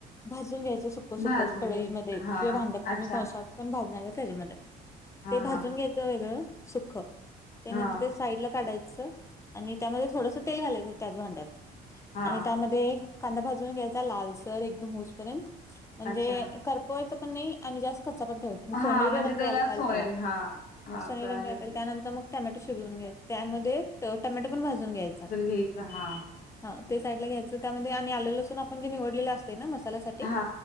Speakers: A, on the left (about 15°); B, on the left (about 55°).
A: भाजून घ्यायचं सुक सुखच
B: भाजून
A: कडईमध्ये
B: घे हा
A: किंवा भांड्यात तुम्ही
B: अच्छा
A: कौशात पण भाजणार आहे त्याच्यामध्ये
B: हा
A: ते भाजून
B: हा
A: घ्यायचं वेगळं सुख्खं. त्यानंतर
B: हा
A: ते साईडला काढायचं आणि त्यामध्ये थोडसा तेल घालायचं त्याच भांड्यात.
B: हा
A: आणि त्यामध्ये कांदा भाजून घ्यायचा लालसर एकदम होसपर्यंत म्हणजे
B: अच्छा
A: करपवायं पण नाही आणि जास्त कच्चा पण ठेवत सोनेरी
B: हा म्हणजे
A: रंग यायला याल
B: सोनेरी
A: त्याला
B: हा हा
A: सोनेरी
B: कळालं
A: रंग याल
B: की
A: त्यानंतर मग टमॅटो शिजून घ्या त्यामध्ये ट टोमॅटो पण भाजून घ्यायचा.
B: घ्यायचं हा
A: हा ते साइडला त्यामध्ये आणि आलं, लसूण आपण जे निवडलेले अस ते ना मसाल्यासाठी
B: हा